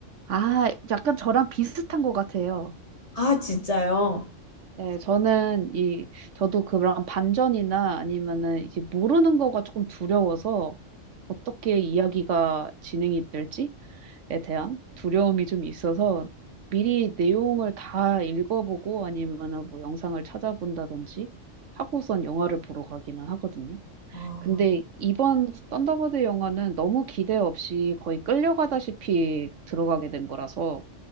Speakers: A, on the right; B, on the left.
A: 아, 약간 저랑 비슷한 것 같아요.
B: 아, 진짜요?
A: 네, 저는 이, 저도 그런 반전이나 아니면은 이제 모르는 거가 조금 두려워서 어떻게 이야기가 진행이 될지에 대한 두려움이 좀 있어서 미리 내용을 다 읽어보고 아니면은 뭐 영상을 찾아본다든지 하고선 영화를 보러 가기는 하거든요.
B: 아.
A: 근데 이번 썬더버드 영화는 너무 기대 없이 거의 끌려가다시피 들어가게 된 거라서